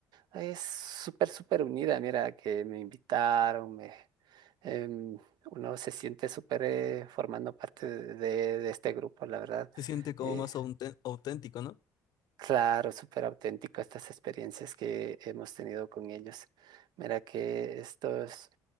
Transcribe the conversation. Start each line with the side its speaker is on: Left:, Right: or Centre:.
Right: es súper, súper unida. Mira, que me invitaron, me, em, uno se siente súper eh, formando parte de, de- de este grupo, la verdad.
Left: Se siente como
Right: Eh,
Left: más auten- auténtico, ¿no?
Right: claro, súper auténtico estas experiencias que hemos tenido con ellos. Mira que estos